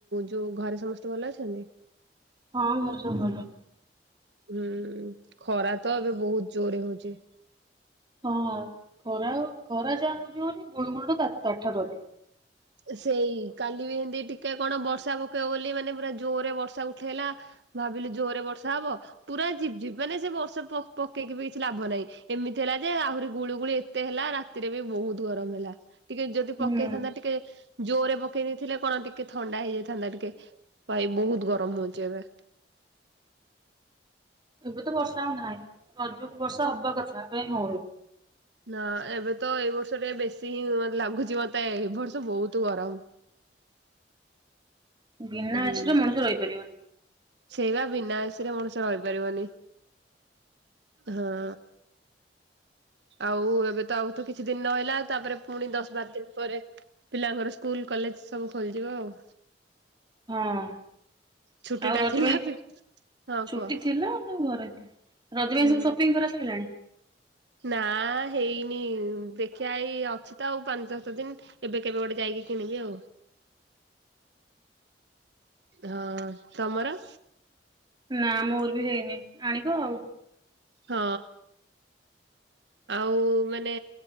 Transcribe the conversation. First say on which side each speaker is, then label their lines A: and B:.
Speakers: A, on the right; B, on the right.
A: ଯୋଉ ଘରେ ସମସ୍ତେ ଭଲ ଅଛନ୍ତି?
B: ହଁ ଘରେ ସବୁ ଭଲ।
A: ହୁଁ ଖରା ତ ଏବେ ବହୁତ ଜୋରେ ହଉଚି।
B: ହଁ ଖରାଉ ଖରା ଯା ହଉଚି ହଉଚି ଗୁଳୁମୁଳି ତା ତାଠାରୁ ଅଧିକ।
A: ସେଇ କାଲି ବି ଏମତି ଟିକେ କଣ ବର୍ଷା ପକେଇବ ବୋଲି ମାନେ ପୁରା ଜୋରେ ବର୍ଷା ଉ ଠେଇଲା ଭାବିଲି ଜୋରେ ବର୍ଷା ହବ ପୁରା ଝିପ୍ ଝିପ୍ ମାନେ ସେ ବର୍ଷା ପ ପକେଇକି ବି କିଛି ଲାଭ ନାହିଁ ଏମିତି ହେଲା ଯେ ଆହୁରି ଗୁଳୁଗୁଳି ଏ ତେ ହେଲା ରାତିରେ ବି ବହୁତ ଗରମ ହେଲା ଟିକେ ଯଦି
B: ହୁଁ
A: ପକେଇଥାନ୍ତା ଟିକେ ଜୋରେ ପକେଇ ଦେଇଥିଲେ କଣ ଟିକେ ଥଣ୍ଡା ହେଇଯାଇଥାନ୍ତା ଟିକେ ଭାଇ ବହୁତ ଗରମ ହଉଚି ଏବେ।
B: ଏବେ ତ ବର୍ଷା ଆଉ ନାହିଁ ରଜୁକୁ ବର୍ଷା ହବା କଥା ଏବେ କାଇଁ ହଉନି।
A: ନା ଏବେ ତ ଏଇ ବର୍ଷ ଟିକେ ବେଶୀ ହିଁ ମତେ ଲାଗୁଚି ମତେ ଏ ବର୍ଷ ବହୁତ ଗରମ।
B: ବିନା
A: ହୁଁ
B: ଏ ସି ରେ ମଣିଷ ରହିପାରିବନି।
A: ସେଇବା ବିନା ଏ ସି ରେ ମଣିଷ ରହିପାରିବନି ହଁ। ଆଉ ଏବେ ତ ଆଉ ତ କିଛି ଦିନି ରହିଲା ତାପରେ ପୁଣି ଦଶ ବାର ଦିନ୍ ପରେ ପିଲାଙ୍କର ସ୍କୁଲ, କଲେଜ ସବୁ ଖୋଲିଯିବ ଆଉ।
B: ହଁ।
A: ଛୁଟି
B: ଆଉ
A: ଟା
B: ରଜ
A: ଥିଲା
B: ପାଇଁ
A: ବି ହଁ
B: ଛୁଟି
A: କୁହ
B: ଥିଲା ଆପଣଙ୍କ ଘରେ ରଜ ପାଇଁ
A: ହୁଁ
B: ସବୁ ସପିଙ୍ଗ୍ କରା ସଇଲାଣି?
A: ନା ହେଇନି ଦେଖିଆ ଏଇ ଅଛି ତ ଆଉ ପାଞ୍ଚ୍ ସାତ ଦିନ୍ ଏବେ କେବେ ଗୋଟେ ଯାଇକି କିଣିବି ଆଉ। ହଁ ତମର?
B: ନା ମୋର ବି ହେଇନି ଆଣିବ ଆଉ।
A: ହଁ। ଆଉ ମାନେ